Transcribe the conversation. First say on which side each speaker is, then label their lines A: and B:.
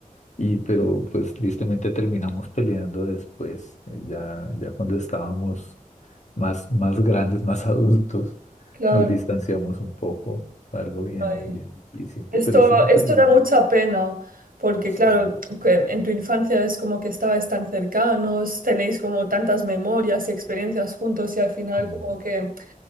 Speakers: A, on the left; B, on the right.
A: Y pero pues tristemente terminamos peleando después, eh, ya, ya cuando estábamos más, más grandes, más <laughs> adultos,
B: claro.
A: nos distanciamos un poco. Fue algo bien,
B: Ay.
A: bien difícil.
B: Esto,
A: Pero sí nos
B: esto
A: ayudamos.
B: da mucha pena, porque
A: Sí.
B: claro, que en tu infancia es como que estabais tan cercanos, tenéis como tantas memorias y experiencias juntos y al final
A: sí.
B: como que,